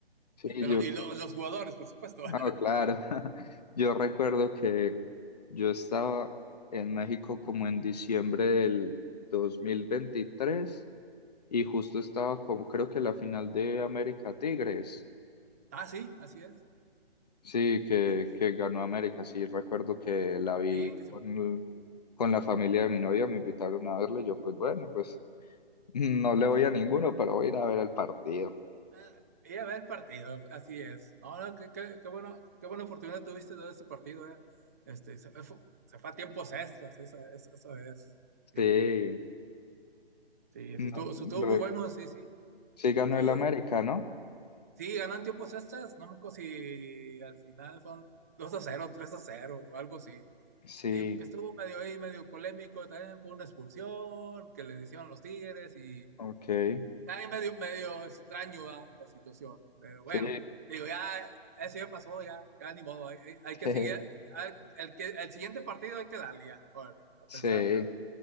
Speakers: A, on the left; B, on the right.
A: Sí,
B: Pero-
A: yo,
B: y lo- los jugadores, por supuesto. <laughs>
A: ah, claro. <laughs> Yo recuerdo que yo estaba en México como en diciembre del 2023 y justo estaba como creo que la final de América Tigres.
B: Ah, sí, así es.
A: Sí, que,
B: Sí,
A: que ganó América. Sí, recuerdo que la vi
B: sí, que
A: con,
B: se
A: con la familia de mi novia, me invitaron a verle. Yo, pues bueno, pues <laughs> no le voy a ninguno, pero voy a ir a ver el partido.
B: Ah, y a ver el partido, así es. No, no, qué, qué, qué bueno, qué buena oportunidad tuviste de ese partido, eh. Este, se, fue, se fue a tiempos extras esa, esa, esa vez. Sí,
A: Sí,
B: sí,
A: no,
B: sí, estuvo, sí, estuvo
A: re-
B: muy bueno, sí, sí.
A: sí ganó
B: Sí,
A: el América, ¿no?
B: sí, ganó en tiempos extras, no me acuerdo si al final fueron 2 a cero tres a cero o algo así.
A: Sí,
B: Sí, porque estuvo medio ahí, medio polémico también por una expulsión que le hicieron los Tigres y
A: ok.
B: Está ahí medio, medio extraño ¿verdad? la situación. Pero bueno,
A: Sí,
B: digo, ya eso ya pasó, ya, ya ni modo. Hay, hay- hay que
A: sí,
B: seguir. al- El, que, el siguiente partido hay que darle ya, órale, a pensarle.
A: sí.
B: ¿verdad?